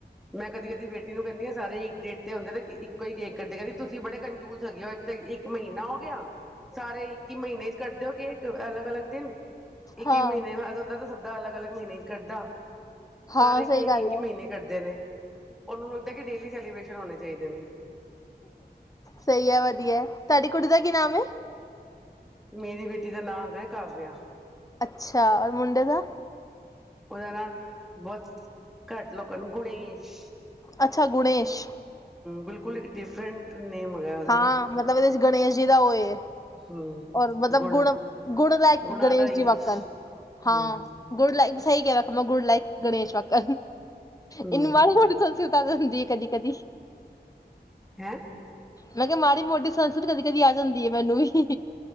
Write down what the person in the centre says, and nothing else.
ਮੈਂ ਕਦੀ ਕਦੀ ਬੇਟੀ ਨੂੰ ਕੈਨੀ ਆ ਸਾਰੇ ਇੱਕ ਡੇਟ ਤੇ ਹੁੰਦੇ ਤੇ ਇੱਕੋ ਹੀ ਕੇਕ ਕਟਦੇ ਕੈਂਦੇ ਤੁਸੀਂ ਬੜੇ ਕੰਜੂਸ ਹੈਗੇ ਓ ਇ ਤੇ ਇੱਕ ਮਹੀਨਾ ਹੋ ਗਿਆ। ਸਾਰੇ ਇੱਕੀ ਮਹੀਨੇ ਕਰਦੇ ਹੋ ਕੇਕ ਅਲੱਗ ਅਲੱਗ ਦਿਨ ਇੱਕ
ਇੱਕ ਮਹੀਨੇ ਬਾਦ ਹੁੰਦਾ ਤਾਂ ਸ ਅਲੱਗ ਅਲੱਗ ਮਹੀਨੇ ਗੱਦਾ
ਸਾਰੇ ਕੀ
ਕਿ ਇੱਕ
ਮਹੀਨੇ ਕਰਦੇ ਨੇ ਉਹਨਾਂ ਨੂੰ ਇੱਦਾਂ ਡੇਲੀ ਸੈਲੀਬ੍ਰੇਸ਼ਨ ਹੋਣੇ ਚਾਹੀਦੇ ਨੇ
ਮੇਰੀ ਬੇਟੀ ਦਾ ਨਾਂ ਹੈਗਾ ਕਾਵਿਆ
ਉਹਦਾਣਾ ਵਤ ਘੱਟ ਲੋਕ ਕ ਨੂੰ ਗੁਣੇਸ਼
ਬਿਲਕੁਲ ਡਿਫਰੈਂਟ ਨੇ ਮੰਗਾਇਆ ਉਹਦਾ
ਨਾ
ਹਮ
ਗੁਣਾ
ਗੁਣਾ
ਦਾ ਈਸ਼
ਹੂੰ
ਹੂੰ
ਹੈਂ